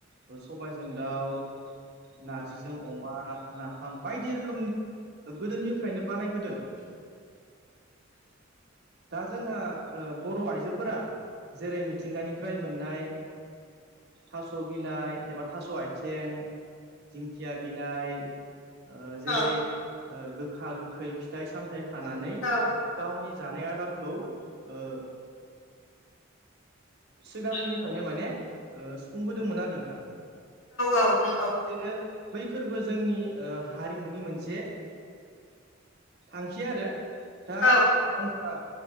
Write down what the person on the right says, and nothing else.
ओ सबायजों दाउ नारजिजों अमा, नाफाम बायदि रोखोमनि ओ गोदोनिफ्रायनो बानायबोदों। दा जोंहा ओ बर' आइजोफोरा जेरै मिथिंगानिफ्राय मोननाय थास' बिलाइ एबा थास' आथिं दिंखिया बिलाइ जेरै
गोखा गोखै फिथाइ सामथाय खानानै
गावनि जानाय आदारखौ ओ सिगांनिफ्रायनो
माने ओ सुफुंबोदोंमोन आरो नोंथां
दा बिदिनो बै फोरबो जोंनि ओ हारिमुनि मोनसे थांखि आरो दा
जोंहा